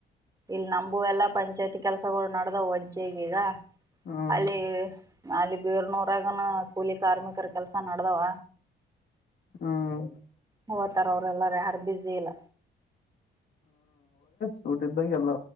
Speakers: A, on the right; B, on the left.
A: ಇಲ್ಲಿ ನಮಗೂ ಎಲ್ಲಾ ಪಂಚಾಯ್ತಿ ಕೆಲ್ಸಗಳು ನಡ್ದ ವಜ್ಜಗೀಗ.
B: ಹ್ಮ್
A: ಅಲ್ಲಿ. ಅಲ್ಲಿ ಬೇರ್ನೂರಗನ ಕೂಲಿ ಕಾರ್ಮಿಕರ ಕೆಲ್ಸ ನಡದಾವ.
B: ಹ್ಮ.
A: ಹೋತರ. ಲ್ಲಾರ ಯಾರು ಬ್ಯುಸಿ ಇಲ್ಲ.
B: ಸೂಟ್ದಾಗ ಎಲ್ಲ.